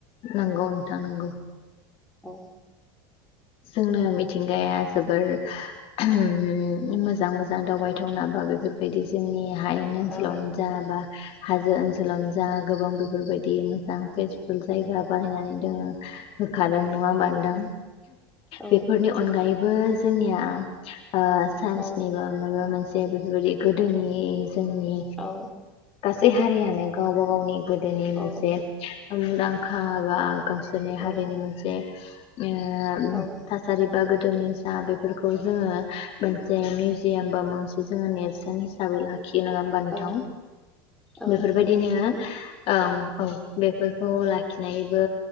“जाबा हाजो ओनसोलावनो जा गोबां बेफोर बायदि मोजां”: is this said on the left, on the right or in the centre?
Left